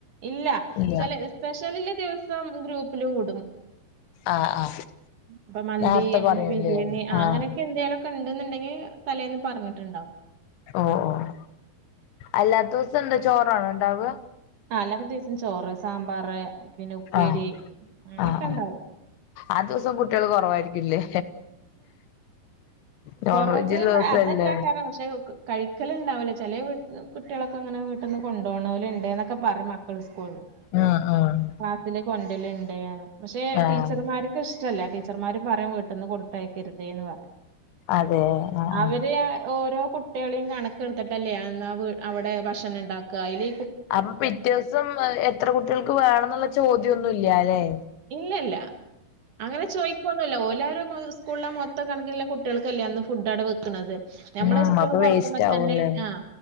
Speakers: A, on the right; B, on the left.
A: ഇല്ല
B: ഇല്ല
A: ചില സ്പെഷ്യൽല്ല ദിവസം ഗ്രൂപ്പിൽ ഇടും
B: ആഹ് ആഹ്
A: അപ്പൊ മന്തി
B: നേരത്തെ
A: അങ്ങനെ
B: പറയൂല്ലേ
A: ബിരിയാണി അങ്ങനെ
B: ആഹ്
A: എന്തെങ്കിലുമൊക്കെഉണ്ടെന്നുണ്ടെങ്കിൽ തലേന്ന് പറഞ്ഞിട്ടുണ്ടാവും
B: ഓഹ് ഓഹ് അല്ലാത്ത ദിവസം എന്താ ചോറാണോ ഉണ്ടാവുക
A: ആഹ് അല്ലാത്ത ദിവസം ചോറ് സാമ്പാർ പിന്നെ ഉപ്പേരി
B: ആഹ്
A: അങ്ങനെയൊക്കെ
B: ആഹ്
A: ഉണ്ടാവും
B: ആഹ് ദിവസം കുട്ടികൾ കുറവായിരിക്കില്ലേ നോൺ
A: കൊറവ്
B: വെജുള്ള ദിവസല്ലേ
A: അതല്ലാക്കാരം പക്ഷേ കഴിക്കല്ണ്ടാവില്ല. ചെലേ വീട്ട് കുട്ട്യേളൊക്കെ ഇങ്ങനെ വീട്ട്ന്ന് കൊണ്ടോണോല് ഇണ്ട് ഇന്നൊക്കെ പറയും മക്കള് സ്കൂള്ന്ന്.
B: ആഹ് ആഹ്
A: ക്ലാസ്സില് കൊണ്ടല്ല്ണ്ട്ന്ന്. പക്ഷെ
B: ആഹ്
A: ടീച്ചർമാര്. ഇഷ്ടല്ല. ടീച്ചർമാര് പറയും വീട്ടിന്ന് കൊടുത്തയക്കരുതേ ഇന്ന് പറയും.
B: അതെ ആഹ് ആഹ്
A: അവര് ഓരോ കു കുട്ട്യേളിം കണക്ക്ട്ത്ത്ട്ടെല്ലേ അന്ന് ആ അവിടെ ഭക്ഷണം ഇണ്ടാക്ക. അതില്
B: അപ്പൊ പിറ്റേ ദിവസം എത്ര കുട്ട്യേൾക്ക് വേണം ഇന്നുള്ള ചോദ്യന്നുല്ലല്ലെ.
A: ഇല്ലല്ല. അങ്ങനെ ചോയിക്ക ഇല്ല ഓലാരും സ്കൂളിലെ മൊത്തം കണക്ക്ള്ള കുട്ട്യേക്കല്ലെ അന്ന് ഫുഡ് അവിടെ വെക്ക്ണത്. നമ്മളെ
B: ഉം
A: സ്കൂൾ
B: അപ്പൊ
A: തൊറക്കുമ്പ
B: വേസ്റ്റ്
A: തന്നെ
B: ആവൂല്ലേ
A: ആഹ്.